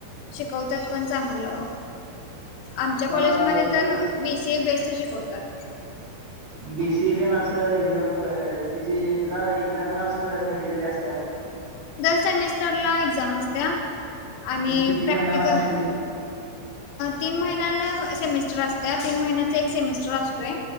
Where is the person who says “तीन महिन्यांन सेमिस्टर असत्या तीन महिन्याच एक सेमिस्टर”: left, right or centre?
Left